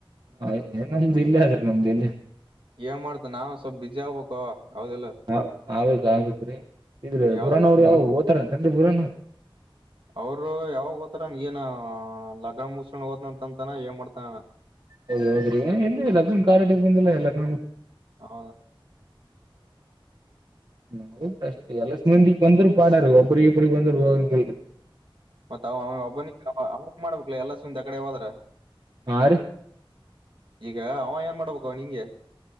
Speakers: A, on the right (about 55°); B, on the right (about 70°).
A: ಹ ನಮ್ದು ಇಲ್ಲಿ ಆದ್ರೆ ನಮ್ದು ಇಲ್ಲಿ
B: ಏನ್ ಮಾಡ್ತ ನಾವು ಸ್ವಲ್ಪ್ ಬಿಜಿ ಆಗ್ಬೇಕು ಹೌದಿಲ್ಲ
A: ಹ ಆಗ್ೇಕ್ ಆಗ್ಕ್್ರೀ ಇದ್ರೀ
B: ಯಾವ್ದ
A: ಬುರಾನವರು ಓತಾರ ಅಂತನ್ೀ ಬುರಾನವರು
B: ಅವರು ಯಾವಾಗ ಓತಾರ ಏನ ಲಗನ್ ಮುಸೊಂಡ್ ಹಓದ್ನ ಅಂತಂತಾನ ಏನ್ ಮಾಡ್ತಾನ
A: ಹೌದೌದ್ರಿ ಎಲ್ಲಿ ಲಗ್ನ ಕಾರ್ಡ್ ಲಗ್ನ
B: ಹೌದ
A: ನ ಕಷ್ಟ ಎಲ್ಲ ಸ್್ಮಂದಕ್ ಬಂದ್ರು ಪಾಡಾರ ಒಬ್ಬ ಕುರಿಗೆಗ ಪಗ ಬಂದಾಗ
B: ಮತ್ತತ್ ಒಬ್ಬನ ಅವ ಮಾಡ್ಬೇಕಲ ಎಲ್ಲ ಸುಂದ್ ಆ ಕಡೆ ಹೋದ್ರ
A: ಹಾ ರೀ
B: ಈಗ ಅವ ಏನ್ ಮಾಡ್ಬೇಕು ನಿಂಗೆ